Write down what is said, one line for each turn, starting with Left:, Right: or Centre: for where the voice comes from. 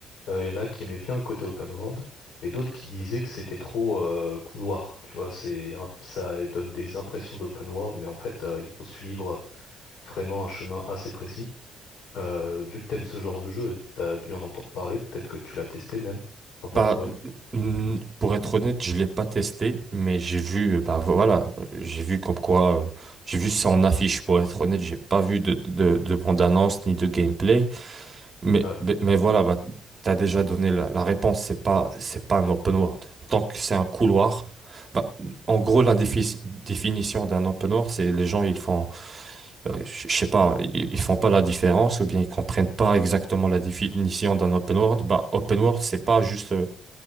Left: Euh, Il y en a qui aimaient bien le côté open world, mais d'autres qui disaient que c'était trop euh, couloir. Tu vois, c'est un- ça donne des impressions d'open world, mais en fait, euh, il faut suivre vraiment un chemin assez précis. Euh, vu que t'aimes ce genre de jeu, t'as dû en entendre parler, peut-être que tu l'as testé même. T'en penses
Right: Bah,
Left: quoi?
Right: euh, pour être honnête, je l'ai pas testé, mais j'ai vu, euh, bah voilà, j'ai vu comme quoi, euh, j'ai vu ça en affiche. Pour être honnête, j'ai pas vu de, de, de bande-annonce ni de gameplay, mais,
Left: Ouais,
Right: mais mais voilà, bah, t'as déjà donné la, la réponse. C'est pas, c'est pas un open world. Tant que c'est un couloir, bah, en gros, la défi- définition d'un open world, c'est les gens, ils font, euh, je je sais pas, ils ils font pas la différence ou bien ils comprennent pas exactement la définition d'un open world. Bah, open world, c'est pas juste euh,